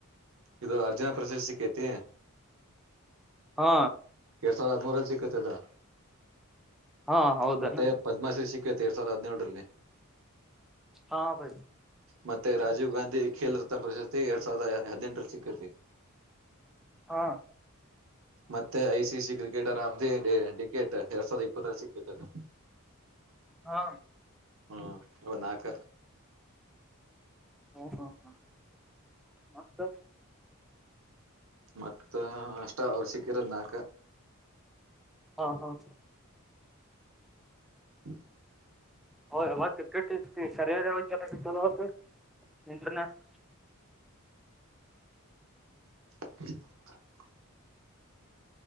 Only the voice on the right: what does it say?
ಇದು ಅರ್ಜುನ ಪ್ರಶಸ್ತಿಕೈತಿ.
ಎರಡ್ ಸಾವಿರದ ಹದ್ಮೂರಲ್ಲಿ ಸಿಕ್ಕೖತ್ ಅದು.
ಮತ್ತೆ ಪದ್ಮಶ್ರೀ ಸಿಕ್ಕೈತೆ ಎರಡ್ ಸಾವಿರದ ಹದ್ನೇಳರಲ್ಲಿ.
ಮತ್ತೆ ರಾಜೀವ್ ಗಾಂಧಿ ಖೇಲ್ ರತ್ನ ಪ್ರಶಸ್ತಿ ಎರಡ್ ಸಾವಿರದ ಹದ್ನೆಂಟರಲ್ ಸಿಕ್ಕೖತಿ.
ಮತ್ತೆ I C C cricketer of the decade ಎರಡ್ ಸಾವಿರದ ಇಪ್ಪತ್ತರಲ್ ಸಿಕ್ಕೖತ್ ಅದು.
ಹ್ಮ ಅವು ನಾಲ್ಕ.
ಮತ್ತ ಅಷ್ಟ ಅವರಿಗ್ ಸಿಕ್ಕಿರೋದ ನಾಕ.
<inaudible>
<inaudible>